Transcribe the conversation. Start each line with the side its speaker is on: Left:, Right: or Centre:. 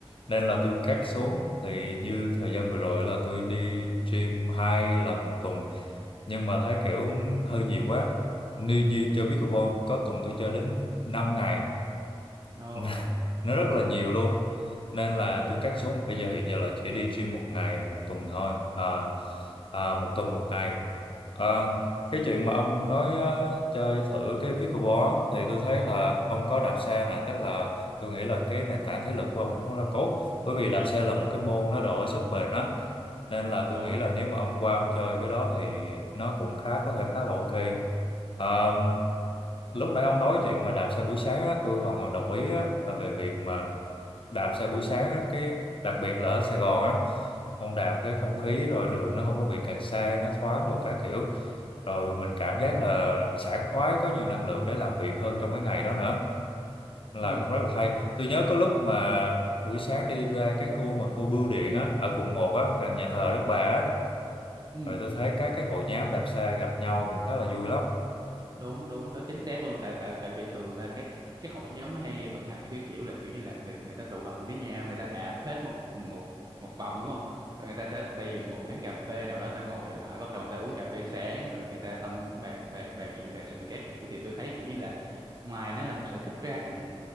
Left: nên là tôi cắt xuống thì như thời gian vừa rồi là tôi đi gym hai lần một tuần nhưng mà thấy kiểu hơi nhiều quá như như chơi pickleball có tuần tôi chơi đến năm ngày
Right: ồ
Left: <laughs> nó rất là nhiều luôn nên là
Right: ừ
Left: tôi cắt xuống bây giờ hiện giờ là chỉ đi gym một ngày một tuần thôi à, à, một tuần một ngày à, cái chuyện mà ông nói ờ, chơi thử cái pickleball á, thì tôi thấy là ông có đạp xe nè tức là tôi nghĩ là cái nền tảng thể lực của ông cũng rất là tốt bởi vì đạp xe là một cái môn nó đòi hỏi sức bền á nên là
Right: đúng
Left: tôi nghĩ là
Right: đúng
Left: nếu mà ông qua ông chơi cái đó thì nó cũng khá có thể khá là ok À, lúc nãy ông nói chuyện mà đạp xe buổi sáng á, tôi hoàn toàn đồng ý á, là về việc mà đạp xe buổi sáng á, cái đặc biệt là ở Sài Gòn á ông đạp cái không khí rồi đường nó không có bị kẹt xe nó thoáng đồ các kiểu rồi mình cảm giác là sảng khoái có nhiều năng lượng để làm việc hơn trong cái ngày đó nữa Nên
Right: ừ
Left: là cũng rất là hay tôi nhớ có lúc mà buổi sáng đi ra cái khu mà khu bưu điện á ở quận một á gần nhà thờ Đức Bà á
Right: ừ
Left: rồi tôi thấy các cái hội nhóm đạp xe gặp nhau cũng khá là vui lắm
Right: đúng đúng đó chính xác luôn tại tại tại vì thường là cái cái hội nhóm nó hay vận hành theo cái kiểu là kiểu như là người người ta tụ họp lại với nhau người ta đạp hết một một một vòng đúng không rồi người ta sẽ tìm một quán cà phê nào đó người ta ngồi lại bắt đầu người ta uống cà phê sáng rồi người ta tâm bàn bàn bàn chuyện thời sự các kiểu thì tôi thấy kiểu như là ngoài nó là một sở thích ra thì